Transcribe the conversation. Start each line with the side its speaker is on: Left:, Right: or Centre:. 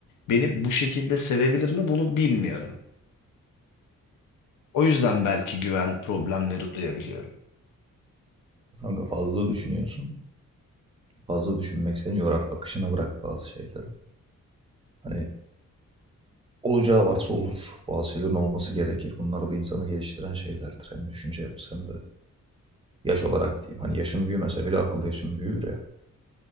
Left: beni bu şekilde sevebilir mi bunu bilmiyorum. O yüzden belki güven problemleri duyabiliyorum.
Right: Kanka fazla düşünüyorsun. Fazla düşünmek seni yorar. Akışına bırak bazı şeyleri. Hani olacağı varsa olur. Bazı şeylerin olması gerekir. Bunlar da insanı geliştiren şeylerdir. Hem düşünce yapısı hem de Yaş olarak diyeyim. Hani yaşım büyümese bile akıl yaşım büyür ya.